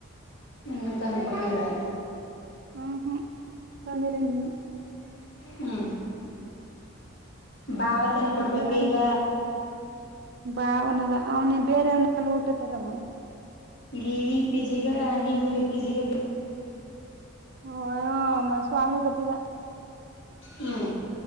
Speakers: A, on the left; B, on the right.
A: ಇನ್ನು ತಂದುಕೊಟ್ಟಿಲ್ವಾ
B: ಹಾ ಹ್ಮ ತಂದಿಲ್ಲ ಇನ್ನು
A: ಹ್ಮ್ ಭಾವ ತನ್
B: ಇನ್ನು
A: ಕೊಡ್ಬೇಕೆ ಈಗ
B: ಬಾ ಅವನಲ್ಲ ಅವನೆ ಬೇರೆ ಅವನಲ್ಲ ಊಟತಾರವು
A: ಇಲ್ಲಿ ಪಿಜಿ ಗ ನೀವ್ ಇರುವ ಪಿಜಿಗ
B: ಹಮ್ಮ ಸ್ವಾಮಿ ಬತಿದ್ದ
A: ಹ್ಮ್